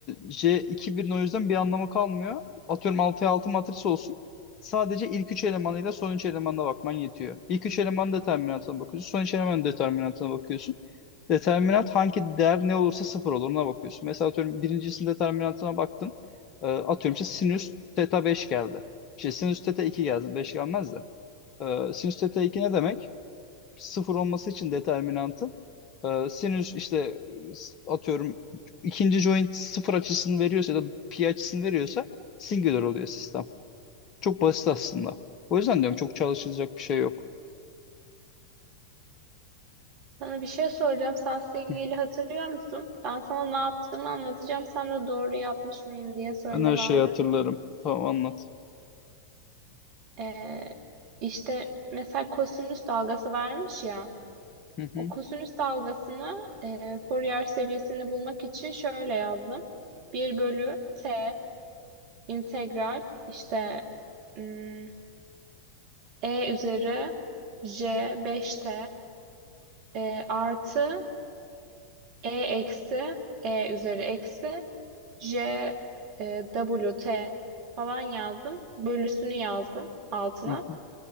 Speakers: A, on the left; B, on the right.
A: J2-1'in o yüzden bir anlamı kalmıyor. Atıyorum 6'ya 6 matris olsun. Sadece ilk 3 elemanıyla son 3 elemanına bakman yetiyor. İlk 3 elemanın determinantına bakıyorsun. Son 3 elemanın determinantına bakıyorsun. Determinant hangi değer ne olursa sıfır olur ona bakıyorsun. Mesela atıyorum birincisinin determinantına baktın. E, atıyorum işte sinüs teta 5 geldi. İşte sinüs teta 2 geldi. 5 gelmez de. E, sinüs teta 2 ne demek? sıfır olması için determinantın e, sinüs işte e, atıyorum ikinci joint sıfır açısını veriyorsa ya da pi açısını veriyorsa singular oluyor sistem. Çok basit aslında. O yüzden diyorum çok çalışılacak bir şey yok.
B: Sana bir şey soracağım. Sen sinyali
A: Hı.
B: hatırlıyor musun? Ben sana ne yaptığımı anlatacağım. Sen de doğru yapmış mıyım diye söyle
A: Ben her
B: bari.
A: şeyi hatırlarım. Tamam anlat.
B: Ee, işte mesela kosinüs dalgası vermiş ya.
A: Hı hı.
B: O kosinüs dalgasını e, Fourier serisini bulmak için şöyle yazdım. 1 bölü t integral işte ım, e üzeri j 5t e, artı E eksi E üzeri eksi J e, W T falan yazdım. Bölüsünü yazdım altına.
A: Hı hı.